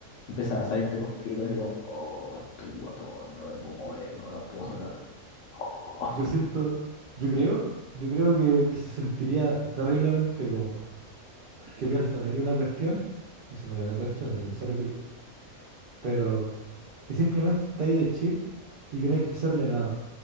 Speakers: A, on the left; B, on the right.
A: empiezan a salirte costritas, así como, oh, estoy guatón, no me puedo mover, no me las puedo sacar. oh".
B: Yo siento... Yo creo... Yo creo que, que se sentiría terriblemente cómodo. Porque piensa, haría una cuestión. Eso no haría una cuestión, haría un ser vivo. Pero que simplemente está ahí de chill y que no hay que hacerle nada.